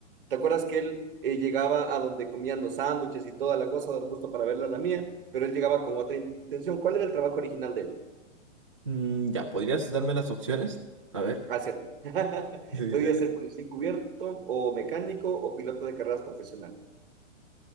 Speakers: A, on the right; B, on the right.
A: ¿Te acuerdas que él eh, llegaba a donde comían los sándwiches y toda la cosa, justo para verla la mía, pero él llegaba con otra intención? ¿Cuál era el trabajo original de él?
B: Mm, ya, ¿podrías darme las opciones? A ver.
A: Hacer.
B: <laughs>
A: <laughs>
B: Sí, sí,
A: Podía
B: dale.
A: ser
B: dale.
A: policía encubierto, o mecánico, o piloto de carreras profesional.